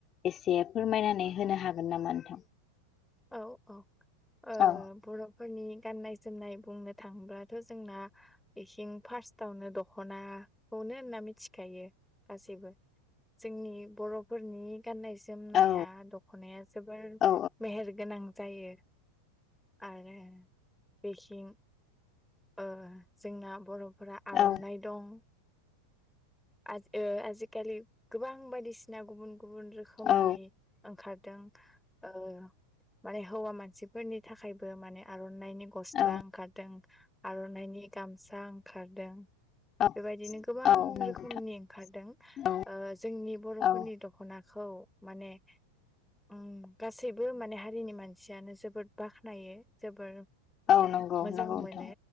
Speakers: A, on the left; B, in the centre.
A: एसे फोरमायनानै होनो हागोन नामा नोंथां
B: औ औ ओ
A: औ
B: बर'फोरनि गाननाय जोमनाय बुंनो थांयोबाथ' जोंना इसिं फार्स्टावनो दखनाखौ नो होनना मिथिखायो गासैबो जोंनि बर'फोरनि गाननाय जोमनाया
A: औ
B: दखनाया जोबोर
A: औ
B: मेहेर गोनां जायो आरो बेथिं ओ जोंना बर' फोरा आर'नाइ
A: औ
B: दं आज ओ आजिखालि गोबां बायदिसिना गुबुन गुबुन रोखोमनि
A: औ
B: ओंखारदों ओ माने हौवा मानसिफोरनि थाखायबो माने आर'नाइनि गस्ला
A: औ
B: ओंखारदों आर'नाइनि गामसा ओंखारदों
A: औ
B: बेबायदिनो गोबां
A: औ नंगौ
B: रोखोम खोमनि
A: नोंथां
B: ओंखारदों
A: औ
B: ओ जोंनि बर'फोरनि
A: औ
B: दख'ना खौ माने उम गासैबो माने हारिनि मानसियानो जोबोद बाख्नायो जोबोर
A: औ नंगौ
B: मोजां
A: नंगौ नोंथां
B: मोनो